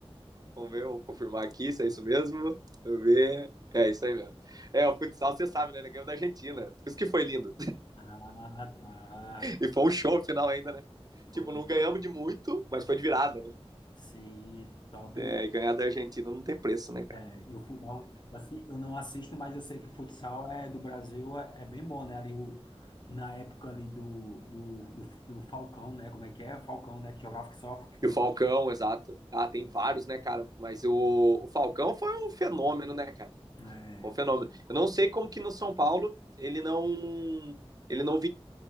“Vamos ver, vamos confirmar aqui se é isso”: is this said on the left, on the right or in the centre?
Right